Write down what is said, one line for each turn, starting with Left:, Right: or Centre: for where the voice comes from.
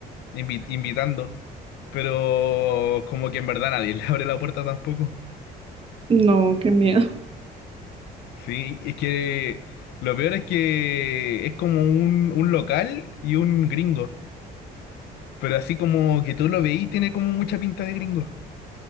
Left: invi- invitando. Pero como que en verdad nadie <laughs> le abre la puerta tampoco.
Right: No, qué miedo.
Left: Sí, es que lo peor es que es como un, un local y un gringo. Pero así como que tú lo veís, tiene como mucha pinta de gringo.